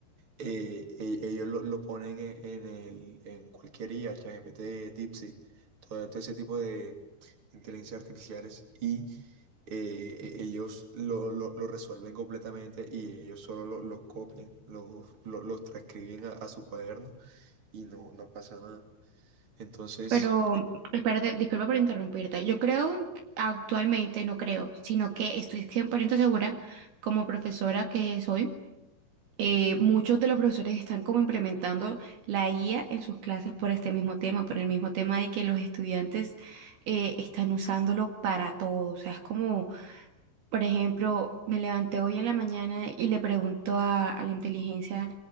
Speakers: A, on the right; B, on the right.
A: eh, e- ellos lo, lo ponen en, en el, en cualquier IA, ChatGPT, DeepSeek, todo, todo ese tipo de inteligencias artificiales y eh, e- ellos lo, lo- lo resuelven completamente y ellos solo lo- los copian, los lo- los transcriben a, a su cuaderno y no, no pasa nada. Entonces,
B: Pero,
A: eh,
B: espérate, disculpa por interrumpirte. Yo creo, que actualmente no creo, sino que estoy 100% segura, como profesora que soy, eh, muchos de los profesores están como implementando la IA en sus clases por este mismo tema, por el mismo tema de que los estudiantes eh, están usándolo para todo. O sea, es como, por ejemplo, me levanté hoy en la mañana y le pregunto a, a la inteligencia